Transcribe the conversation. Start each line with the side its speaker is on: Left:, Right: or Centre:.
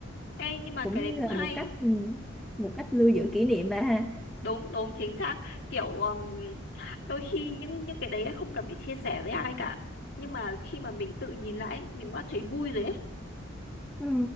Left: Ê, nhưng mà
Centre: cũng
Left: cái đấy
Centre: như
Left: cũng
Centre: là
Left: hay
Centre: một cách ừ, một cách lưu giữ kỷ niệm bà ha
Left: đúng đúng chính xác kiểu um, đôi khi những những cái đấy ấy không cần phải chia sẻ với ai cả nhưng mà khi mà mình tự nhìn lại ấy, mình đã thấy vui rồi ấy
Centre: ừ.